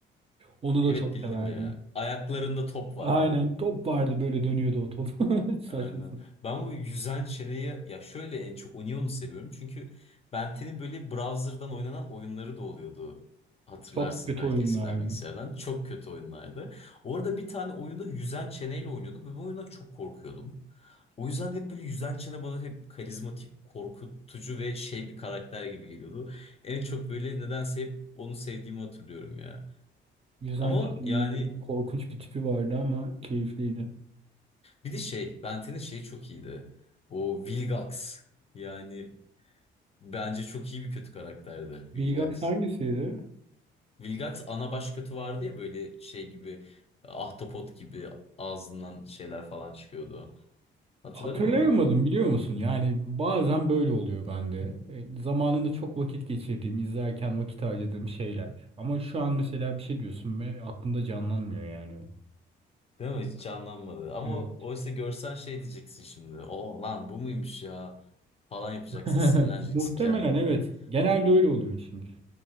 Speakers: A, on the right; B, on the left.
A: onu
B: Evet
A: da çok
B: bildim
A: severdim.
B: ya. Ayaklarında top vardı.
A: Aynen top vardı böyle dönüyordu o top. <laughs> Saçma
B: Aynen.
A: sapan.
B: Ben bu yüzen çeneyi ya şöyle en çok Onion'u seviyorum. Çünkü Benten'in böyle browser'dan oynanan oyunları da oluyordu. Hatırlarsın
A: Çok kötü
B: belki
A: oyunlardı.
B: eskiden bilgisayardan. Çok kötü oyunlardı. Orada bir tane oyunda yüzen çeneyle oynuyorduk ve bu oyundan çok korkuyordum. O yüzden hep böyle yüzen çene bana hep karizmatik, korkutucu ve şey bir karakter gibi geliyordu. En çok böyle nedense hep onu sevdiğimi hatırlıyorum ya.
A: Güzel
B: Ama
A: çizgiydi.
B: yani
A: Korkunç bir tipi vardı ama keyifliydi.
B: bir de şey, Benten'in şeyi çok iyiydi. O Vilgax. Yani Bence çok iyi bir kötü karakterdi Vilgax.
A: Vilgax hangisiydi?
B: Vilgax ana baş kötü vardı ya böyle şey gibi ahtapot gibi ağzından şeyler falan çıkıyordu. Hatırladın
A: Hatırlayamadım
B: mı onu?
A: biliyor musun? Yani bazen böyle oluyor bende. E, zamanında çok vakit geçirdiğim, izlerken vakit harcadığım şeyler. Ama şu an mesela bir şey diyorsun ve aklımda canlanmıyor yani. o.
B: Değil mi? Hiç canlanmadı. Ama
A: Evet.
B: oysa görsen şey diyeceksin şimdi. O lan bu muymuş ya? Falan yapacaksın,
A: <laughs>
B: sinirleneceksin
A: Muhtemelen
B: kendini.
A: evet. Genelde öyle oluyor çünkü.